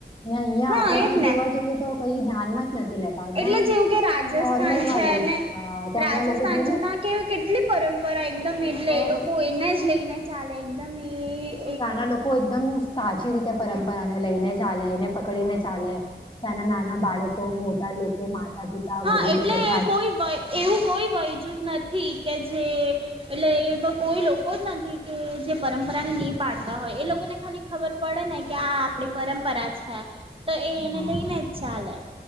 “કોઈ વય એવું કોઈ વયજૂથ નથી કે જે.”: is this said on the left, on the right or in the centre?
Right